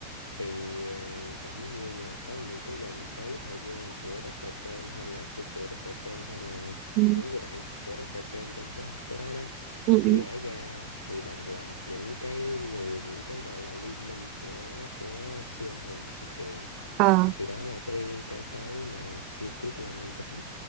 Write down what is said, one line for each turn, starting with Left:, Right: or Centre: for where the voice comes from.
Left: thì à, bỗng nhiên là có những cái dòng xoáy thời gian của Doctor Strange hay là sư phụ Doctor Strange hay là
Right: Ừ.
Left: những người bạn của Doctor Strange trong cái cái đó đó
Right: Ừ.
Left: vẽ
Right: Ừ.
Left: ra thì đồng loạt những cái người những cái gọi là liên minh của của siêu anh hùng xuất hiện
Right: Ờ.
Left: thì đó là cái cái cái mà chi tiết làm anh thích nhất